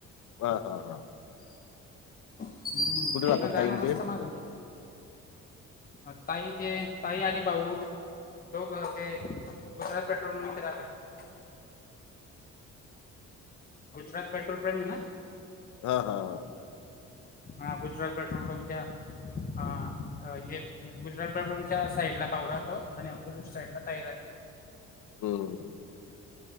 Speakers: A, on the left; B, on the left.
A: हा हा हा.
B: हम्
A: कुठे राहतात
B: येन जाण
A: ताईन
B: असत
A: ते
B: माझ तिकड. <unintelligible> ताई ते ताई आणि भाऊ. दोघ ते गुजरात पेट्रोल लीम इथं राहतात. गुजरात पेट्रोल पेम्प आहे ना?
A: हा हा.
B: हा गुजरात पेट्रोल पंपच्या हा एक गुजरात पेट्रोल च्या साईडला भाऊ राहतो आणि अपोजिट साईडला ताई राहती.
A: हंम.